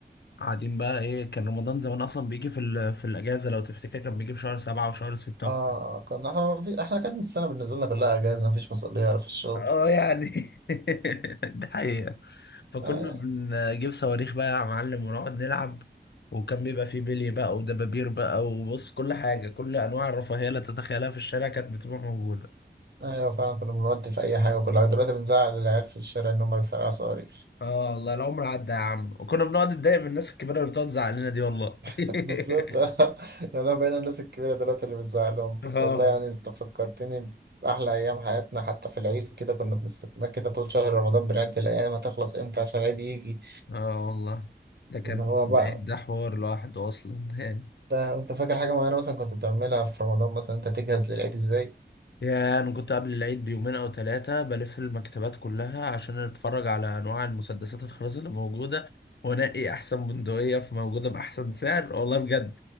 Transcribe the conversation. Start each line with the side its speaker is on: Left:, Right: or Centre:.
Left: قاعدين بقى ايه كان رمضان زمان اصلا بيجي في ال- في الاجازة لو تفتكر كان بيجي في شهر سبعة وشهر ستة
Right: اه كنا احنا ما في- احنا كانت السنه بالنسبه لنا كلها اجازه مفيش مسؤوليه ولا في الشغل
Left: اه يعني <laughs> ده حقيقة فكنا
Right: آه،
Left: بنجيب صواريخ بقى يا معلم ونقعد نلعب وكان بيبقى فيه بلي بقى ودبابير بقى وبص كل حاجة كل أنواع الرفاهية اللي تتخيلها في الشارع كانت بتبقى موجودة
Right: ايوه فعلا كنا بنودي في اي حاجه وكل حاجه دلوقتي بنزعل العيال في الشارع ان هم بيفرقعوا صواريخ
Left: اه والله العمر عدى يا عم وكنا بنقعد نتضايق من الناس الكبيرة اللي بتقعد تزعق لنا دي والله
Right: <laughs>
Left: <laughs>
Right: بالظبط <laughs> انا بقينا الناس الكبيره دلوقتي اللي بتزعلهم بس
Left: اه
Right: والله
Left: والله
Right: يعني انت فكرتني باحلى ايام حياتنا حتى في العيد كده كنا بنستنى كده طول شهر رمضان بنعد الايام هتخلص امتى عشان العيد يجي
Left: اه والله ده كان
Right: ان هو بقى
Left: العيد ده حوار لوحده أصلا <laughs> يعني
Right: ده انت فاكر حاجه معينه مثلا كنت بتعملها في رمضان مثلا انت تجهز للعيد ازاي
Left: يا انا كنت قبل العيد بيومين او ثلاثه بلف المكتبات كلها عشان اتفرج على انواع المسدسات الخرز اللي موجوده وانقي احسن بندقيه في موجوده باحسن سعر والله بجد